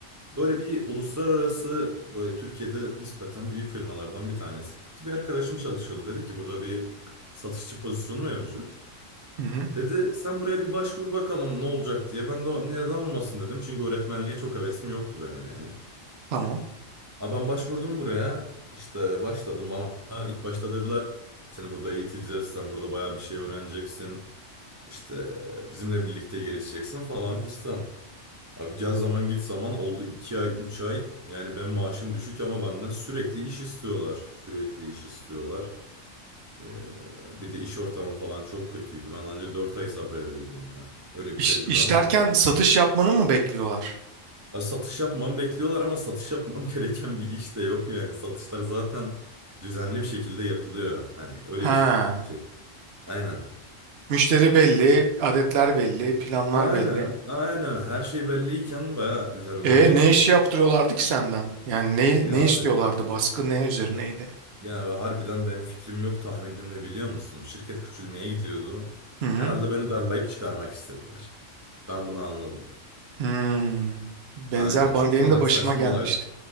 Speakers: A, on the right; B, on the right.
A: böyle bir uluslararası böyle Türkiye'de nispeten büyük firmalardan bir tanesi. Bir arkadaşım çalışıyordu dedi ki burada bir satışçı pozisyonu mevcut.
B: Hı hı.
A: Dedi sen buraya bir başvur bakalım ne olacak diye. Ben de "O- neden olmasın dedim çünkü öğretmenliğe çok hevesim yoktu benim yani.
B: Tamam.
A: Ama ben başvurdum buraya işte başladım bana ilk başta dediler seni burada eğiteceğiz sen burada bayağı bir şey öğreneceksin. İşte bizimle birlikte gelişeceksin falan fistan. Abi gel zaman git zaman oldu 2 ay 3 ay. Yani ben maaşım düşük ama benden sürekli iş istiyorlar. Sürekli iş istiyorlar. Ee, bir de iş ortamı falan çok kötüydü. Ben ancak 4 ay sabredebildim ya. Öyle bir
B: İş,
A: tecrübem
B: iş
A: oldu.
B: derken satış yapmanı mı bekliyorlar?
A: Ya satış yapmamı bekliyorlar ama satış yapmam <laughs> gereken bir iş de yok yani. Satışlar zaten düzenli bir şekilde yapılıyor. Hani öyle
B: Ha.
A: bir şirket. Aynen.
B: Müşteri belli, adetler belli, planlar
A: Aynen,
B: belli.
A: aynen. Her şey belliyken bayağı üzerimde
B: E
A: bir baskı
B: ne iş yaptırıyorlardı ki senden? Yani ne
A: Ya
B: ne istiyorlardı?
A: abi,
B: Baskı ne üzerineydi?
A: ya abi harbiden benim fikrim yok tahminim ne biliyor musun? Şirket küçülmeye gidiyordu.
B: Hı hı.
A: Herhalde beni darlayıp çıkarmak istediler. Ben bunu anladım.
B: Hmm. Benzer
A: Aynen. Çünkü
B: ba- benim
A: salak
B: de başıma
A: saçma
B: gelmişti.
A: olay